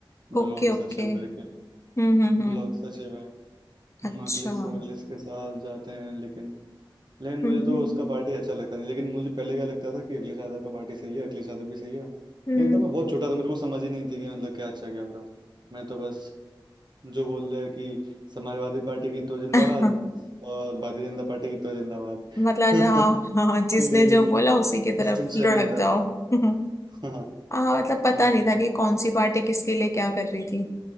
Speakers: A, on the right; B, on the left.
A: ब्लॉक
B: ओके ओके
A: सचिव करके
B: हम्म हम्म हम्म
A: ब्लॉक सचिव हैं
B: अच्छा
A: मखलिस
B: हम्म
A: वखलिस के साथ जाते हैं लेकिन लेकिन
B: हम्म
A: मुझे तो उसका पार्टी अच्छा लगता नहीं लेकिन मुझे पहले क्या लगता था कि अखिलेश यादव का पार्टी सही है अखिलेश यादव भी सही है
B: हम्म
A: लेकिन तब मैं बहुत छोटा था मेरे को समझ ही नहीं थी कि मतलब क्या अच्छा क्या बुरा मैं तो बस जो बोल रहे हैं कि समाजवादी पार्टी की तो जिंदाबाद
B: <laughs>
A: और भारतीय जनता पार्टी की तो जिंदाबाद
B: मतलब
A: <laughs>
B: जहाँ हाँ जिसने
A: कोई
B: जो बोला उसी की तरफ
A: डिस्टिंक्शन
B: लुढ़क
A: नहीं था
B: जाओ <laughs>
A: <laughs> हाँ
B: हाँ मतलब पता
A: हम्म
B: नहीं था कि कौन सी पार्टी किसके लिए क्या कर रही थी